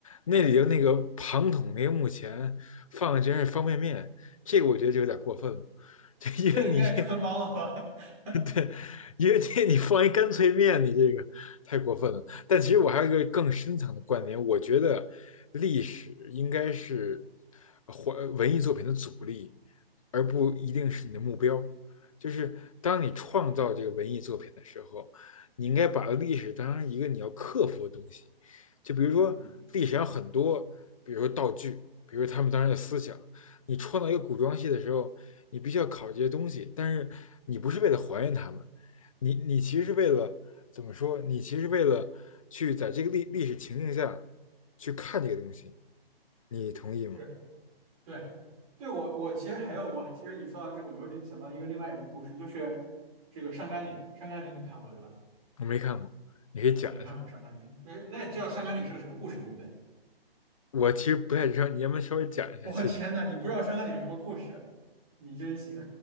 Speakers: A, on the left (about 35°); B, on the right (about 35°).
A: 那里头那个庞统那个墓前放的然是方便面，
B: 对，
A: 这个我觉得就有点过分了。<laughs> 就因为你这
B: 这应该是穿帮了吧？<laughs>
A: <laughs> 因为这一个店你放一干脆面，你这个太过分了。但其实我还有一个更深层的观点，我觉得历史应该是或文艺作品的阻力，而不一定是你的目标。就是当你创造这个文艺作品的时候，你应该把历史当成一个你要克服的东西。就比如说历史上很多，
B: 嗯，
A: 比如说道具，比如说他们当时的思想，你创造一个古装戏的时候，你必须要考这些东西，但是你不是为了还原他们，你你其实是为了怎么说？你其实是为了去在这个历历史情境下去看这个东西，你同意吗？
B: 是对，对我我其实还有我其实你说到这个，我又联想到一个另外一个故事，就是这个上甘岭，上甘岭你看过对吧？
A: 我没看过，你可以讲一下。
B: 啊，没看过上甘岭，那那你知道上甘岭是个什么故事对不对？
A: 我其实不太知道，你要不要稍微讲一下？
B: <laughs> 我天呐，
A: 谢谢
B: 你不知道上甘岭什么故事，你真行！